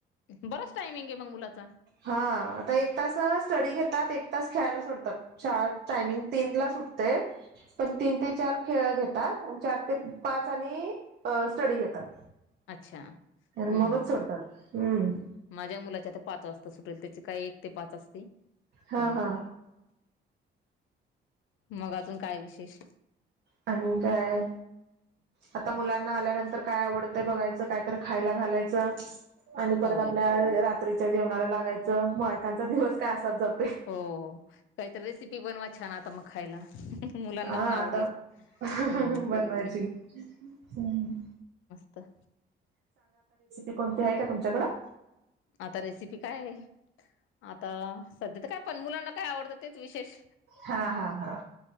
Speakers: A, on the left; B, on the right.
A: बराच टायमिंग आहे मग मुलाचा
B: हा आता एक तास स्टडी घेतात एक तास खेळायला सोडतात शाळ टायमिंग तीन क्लास सुठतय पण तीन ते चार खेळ घेतात आणि चार ते पाच आणि स्टडी घेतात
A: अच्छा
B: आणि
A: हम्म
B: मगच सोडतात हम्म
A: माझ्या मुलाच्या पाच वाजता सु ल त्याचे काय एक ते पाच असते
B: हा
A: हम्
B: हा
A: मग अजून काय विशेष
B: आणि काय आता मुला आल्यानंतर काय आवडत बघायच काय तर खायला घालायचं आणि परत
A: होय
B: आपल्या रात्रीच्या जेवणाला लागायचं मायकांचा दिवस काय असाात जात
A: हो काहीतरी रेसिपी बनवा छान आता मग खायला मुलांना
B: हा
A: पण आवडेल
B: आता बनवायची
A: हम्म
B: हम्
A: तर
B: कोणती आहे का तुमच्याकडं
A: आता रेसिपी काय आहे आता सध्या तर काय पण मुलांना काय आवडतं तेच विशेष
B: हा हा हा